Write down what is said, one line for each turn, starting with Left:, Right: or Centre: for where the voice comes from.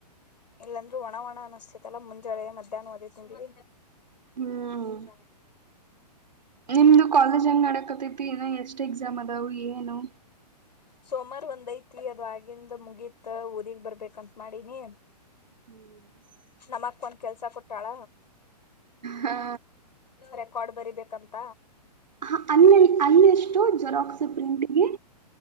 Left: ಇಲ್ಲಂದ್ರು ಒಣ ಒಣ ಅನ್ನಿಸ್ತತಲ್ಲಾ ಮುಂಜಳೆ ಮಧ್ಯಾಹ್ನವದೇ ತಿಂದಿರಿ.
Right: ಹ್ಮ್
Left: ಸ್ ಕಾರ್ಯ
Right: ನಿಮ್ದು ಕಾಲೇಜ್ ಹೆಂಗ್ ನಡೆ ಕತತಿ ಇನ್ನ ಎಷ್ಟ್ ಎಕ್ಸಾಮ್ ಅದಾವ್ ಏನು.
Left: ಸೋಮಾರ ಒಂದ್ ಐತಿ ಅದು ಆಗಿಂದ ಮುಗೀತ್ ಊರಿಗ್ ಬರ್ಬೇಕಂತ ಮಾಡಿನಿ.
Right: ಹ್ಮ್
Left: ನಮಕ್ ಒಂದ ಕೆಲ್ಸ ಕೊಟ್ಟಾಳ.
Right: ಹಾ
Left: ರೆಕಾರ್ಡ್ ಬರಿಬೇಕಂತ.
Right: ಹ ಅನ್ಯ ಅಲ್ಲಿ ಎಷ್ಟು ಜೆರಾಕ್ಸ್ ಪ್ರಿಂಟಿಗೆ?